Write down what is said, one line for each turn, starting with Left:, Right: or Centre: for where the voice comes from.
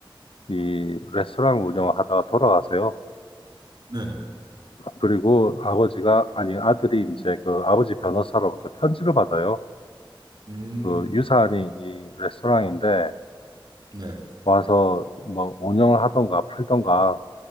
Left: 이 레스토랑 운영을 하다가 돌아가세요.
Right: 네, 네,
Left: 그리고 아버지가,
Right: 음,
Left: 아니, 아들이
Right: 음,
Left: 이제 그 아버지 변호사로부터 편지를 받아요.
Right: 음,
Left: 그 유사한이 이 레스토랑인데
Right: 네,
Left: 와서 뭐 운영을 하던가 팔던가